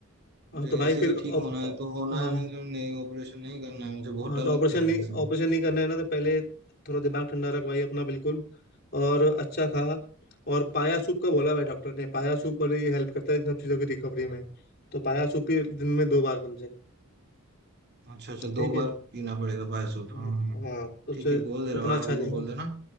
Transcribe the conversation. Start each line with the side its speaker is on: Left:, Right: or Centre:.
Right: मुझे
Left: हाँ तो भाई
Right: ऐसे
Left: फिर
Right: ही
Left: ऑप-
Right: ठीक होना
Left: ऑ-
Right: है तो होना
Left: हाँ
Right: है मुझे नहीं ऑपरेशन नहीं करना है मुझे बहुत
Left: हाँ
Right: डर
Left: तो ऑपरेशन
Right: लगता है
Left: नहीं
Right: इससे।
Left: ऑपरेशन नहीं करना है ना तो पहले थोड़ा दिमाग ठंडा रख भाई अपना बिल्कुल और अच्छा खा और पाया सूप का बोला भाई डॉक्टर ने पाया सूप वाले ये हेल्प करता है इन सब चीज़ों की रिकवरी में तो पाया सूप ही दिन में दो बार कम से कम
Right: अच्छा अच्छा दो
Left: ठीक है
Right: बार पीना पड़ेगा पायसो
Left: हाँ
Right: हाँ हाँ
Left: हाँ, तो उससे
Right: ठीक है बोल देना
Left: उतना
Right: भाभी
Left: अच्छा रहेगा
Right: को बोल देना